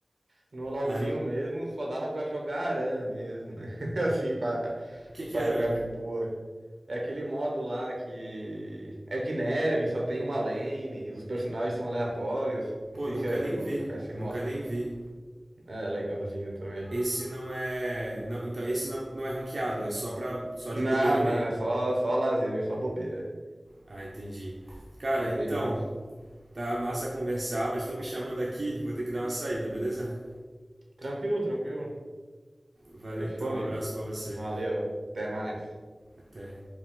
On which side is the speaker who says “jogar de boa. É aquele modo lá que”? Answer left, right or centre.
Right